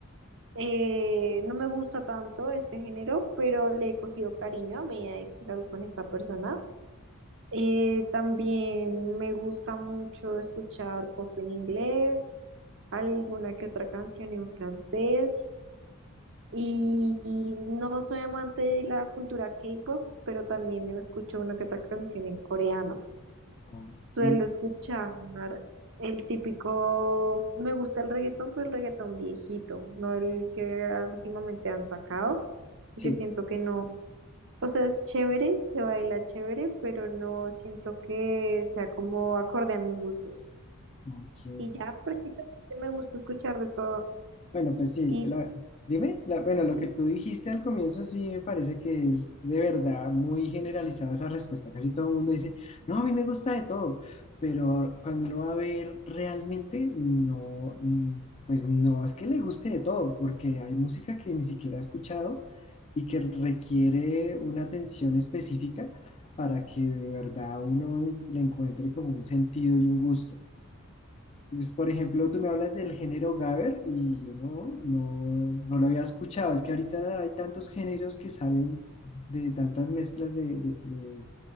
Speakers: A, on the right (about 60°); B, on the left (about 30°).
A: Eh, no me gusta tanto este género, pero le he cogido cariño a medida de que salgo con esta persona. Eh, también me gusta mucho escuchar pop en inglés, alguna que otra canción en francés y, y no soy amante de la cultura K-pop, pero también escucho una que otra canción en coreano.
B: Ok,
A: Suelo escuchar el típico, me gusta el reggaetón, pero el reggaetón viejito, no el que últimamente han sacado,
B: sí,
A: porque siento que no, o sea, es chévere, se baila chévere, pero no siento que sea como acorde a mis gustos.
B: ok,
A: Y ya prácticamente me gusta escuchar de todo.
B: Bueno, pues sí,
A: Y
B: la- dime, la- bueno, lo que tú dijiste al comienzo sí me parece que es de verdad muy generalizada esa respuesta. Casi todo el mundo dice, no, a mí me gusta de todo, pero cuando uno va a ver realmente, no, mm, pues no es que le guste de todo, porque hay música que ni siquiera he escuchado y que requiere una atención específica para que de verdad uno le encuentre como un sentido y un gusto. Pues, por ejemplo, tú me hablas del género gabber y yo no, no, no lo había escuchado. Es que ahorita hay tantos géneros que salen de tantas mezclas de, de- de-